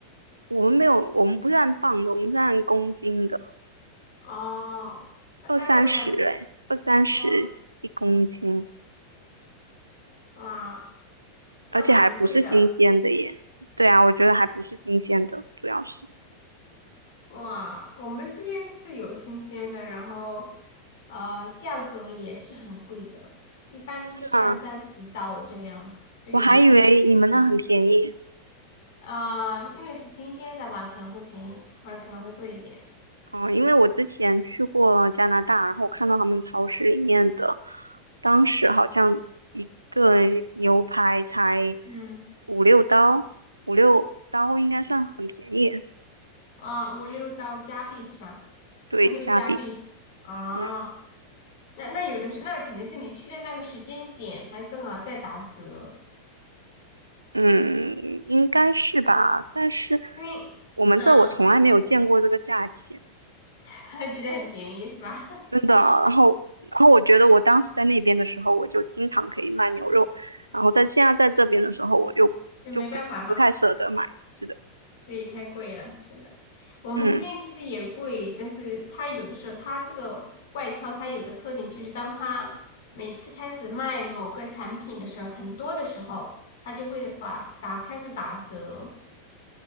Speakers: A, on the right (about 80°); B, on the left (about 55°).
A: 我们没有，我们不是按磅的，我们是按公斤的，
B: 哦，大大概多少钱？
A: 二三十，哎，二三十一公斤。
B: 哇哇，那还蛮贵的
A: 而且还不是新鲜的耶。对啊，我觉得还不是新鲜的，主要是。
B: 哇。我们这边就是有新鲜的，然后呃价格也是很贵的，一般就是二三十刀这个样子。
A: 啊，
B: 对。
A: 我还以为你们那很便宜
B: 啊、因为是新鲜的吧，可能会便宜，或者可能会贵一点。
A: 哦，因为我之前去过加拿大，然后我看到他们超市里面的，当时好像一个牛排才
B: 嗯，
A: 五六刀，五六刀应该算很便宜，
B: 啊、五六到加币是吧？
A: 对，
B: 五六加币啊，
A: 加币。嗯
B: 那那有的是，那肯定是你去的那个时间点，它正好在打折，
A: 嗯，应该是吧，但是
B: 因为嗯，
A: 我们这儿我从来没有见过这个价钱。
B: <laughs> 还觉得很便宜是吧？<laughs>
A: 真的，然后，然后我觉得我当时在那边的时候，我就经常可以卖牛肉，然后在现在在这边的时候，我就就不不太舍得买。
B: 也没办法哈。
A: 是的，
B: 对，太贵了，是的，我们这边其实也贵，
A: 嗯
B: 但是它有的时候它这个外销它有个特点，就是当它每次开始卖某个产品的时候，很多的时候，它就会把打开始打折，